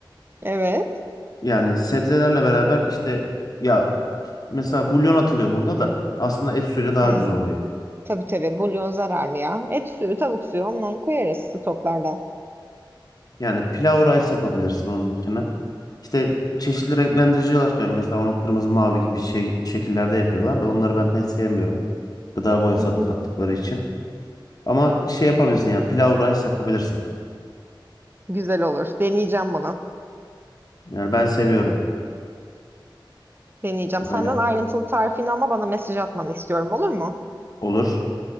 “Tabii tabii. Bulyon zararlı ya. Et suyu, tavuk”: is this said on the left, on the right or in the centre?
Right